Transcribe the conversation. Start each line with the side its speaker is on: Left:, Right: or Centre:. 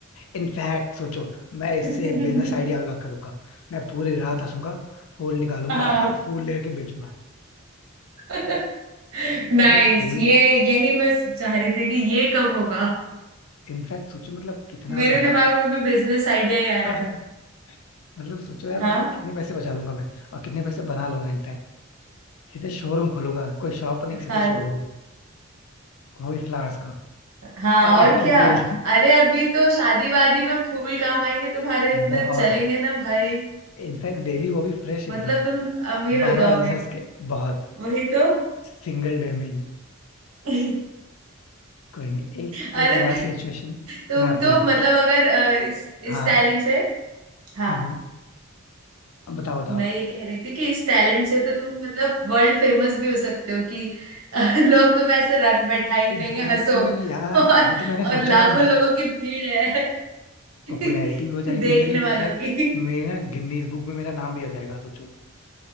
Left: इनफैक्ट सोचो मैं इससे
Right: <laughs>
Left: बिजनेस आइडिया अनलॉक करूंगा मैं पूरी रात हंसूंगा फूल निकालूंगा
Right: हाँ
Left: <laughs> और फूल लेके बेचूंगा
Right: <laughs> नाइस
Left: भाई फूल
Right: ये यही मैं चाह रही थी कि ये कब होगा
Left: इनफैक्ट सोचो मतलब कितना
Right: मेरे
Left: ज्यादा
Right: दिमाग में भी बिजनेस आइडिया ही आया
Left: <laughs>
Right: था
Left: मतलब सोचो यार
Right: हाँ
Left: मतलब कितने पैसे बचा लूंगा मैं और कितने पैसे बना लूंगा इनफैक्ट सीधे शोरूम खोलूंगा कोई शॉप नहीं सीधे
Right: हाँ
Left: शोरूम वो भी flowers का
Right: हाँ
Left: और
Right: और
Left: इनफैक्ट
Right: क्या
Left: डेली
Right: अरे अभी तो शादी वादी में फूल काम आएंगे तुम्हारे इतने
Left: बहुत
Right: चलेंगे ना भाई
Left: इनफैक्ट डेली वो भी फ्रेश एकदम
Right: मतलब तुम अमीर
Left: बार
Right: हो
Left: बार
Right: जाओगे
Left: हंस हंस के बहुत
Right: वही तो
Left: सिंगल डे में ही
Right: <laughs>
Left: कोई नहीं एक
Right: अरे
Left: एक लास्ट सिचुएशन
Right: तुम
Left: मैं आपको
Right: तो
Left: देता
Right: मतलब
Left: हूँ
Right: अगर अ, इस
Left: हाँ
Right: इस टैलेंट से हाँ
Left: हम्म बताओ बताओ
Right: मैं ये कह रही थी कि इस टैलेंट से तो तुम मतलब वर्ल्ड फेमस भी हो सकते हो कि <laughs> अ, लोग तुम्हें ऐसे रख बैठाएंगे
Left: एग्जैक्टली
Right: कहेंगे हंसो
Left: exactly यार
Right: और,
Left: ये तो मैंने
Right: और
Left: सोचा
Right: लाखों
Left: ही नहीं
Right: लोगों की भीड़ है <laughs>
Left: पॉपुलैरिटी हो जाएगी
Right: देखने
Left: मेरी इनफैक्ट
Right: वालों की
Left: मेरी ना गिनीज बुक में मेरा नाम दिया जाएगा सोचो